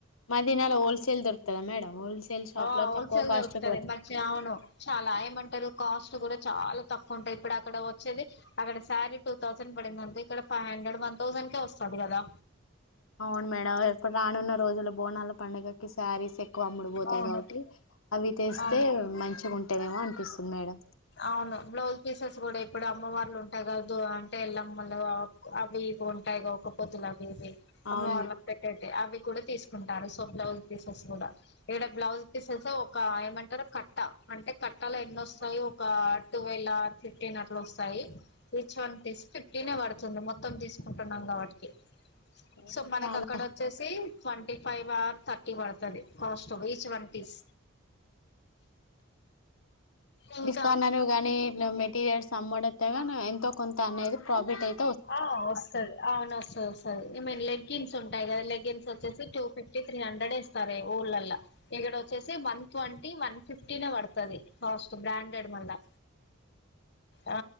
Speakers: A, on the left; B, on the left.
A: మాదినాలో హోల్సేల్ దొరుకుతదా మేడం హోల్సేల్ షాప్
B: ఆ
A: లో
B: హోల్సేల్
A: తక్కువ కాస్ట్
B: దొరుకుతది
A: పడత
B: మంచి అవును చాలా ఏమంటారు కాస్ట్ కూడా చాలా తక్కువ ఉంటాయి ఇప్పుడు అక్కడ వచ్చేది అక్కడ సారీ టూ థౌసండ్ పడింది అంతే ఇక్కడ ఫైవ్ హండ్రెడ్ వన్ థౌసండ్ ఇంకా వస్తాది కదా
A: అవును మేడం ఇప్పుడు రానున్న రోజుల బోనాల పండుగకి సారీస్ ఎక్కువ అమ్ముడుపోతాయి
B: అవును
A: కాబట్టి అవి తెస్తే
B: అవును
A: మంచిగా అంటేనేమో అనిపిస్తుంది మేడం
B: అవును బ్లౌజ్ పీసెస్ కూడా ఇప్పుడు అమ్మవార్లు ఉంటాయి కాదు అంటే ఎల్లమ్మలు అవి ఇవి ఉంటాయి ఒక్క పొద్ధులు అవి ఇవి
A: అవును
B: అమ్మ వార్లు
A: మేడం
B: కి పెట్టేవి అవి కూడా తీసుకుంటారు సో బ్లౌజ్ పీసెస్ కూడా ఇక్కడ బ్లౌజ్ పీసెస్ ఒక్క ఏమంటారు కట్ట అంటే కట్టాలో ఎన్ని వస్తాయో ఒక టువెల్ ఫిఫ్టీన్ అట్లా వస్తాయి ఈచ్ వన్ తీసి ఫిఫ్టీన్ ఏ పడుతుంది మొత్తం తీసి కొనుక్కుంటున్నాం కాబట్టి
A: ఓహో
B: సో మనకు
A: చాలా
B: అక్కడ వచ్చేసి ట్వంటీ ఫైవ్ ఆర్ థర్టీ పడుతది కాస్ట్ ఈచ్ వన్ పీస్ ఉమ్ ఆ
A: కొన్నాను గానీ మెటీరియల్స్ అమ్ముడు అయితే ఎంతో కొంత అనేది ప్రాఫిట్ అయి
B: ఆ వస్తది అవును వస్తది వస్తది ఈ మీన్ లెగ్గిన్స్ ఉ ఉంటాయి కదా లెగ్గిన్స్ వచ్చేసి టూ ఫిఫ్టీ త్రీ హండ్రెడ్ ఇస్తారు ఊర్లల్లా ఇక్కడ వచ్చేసి వన్ ట్వంటీ వన్ ఫిఫ్టీనే పడుతది కాస్ట్ బ్రాండెడ్ మళ్ళా ఆ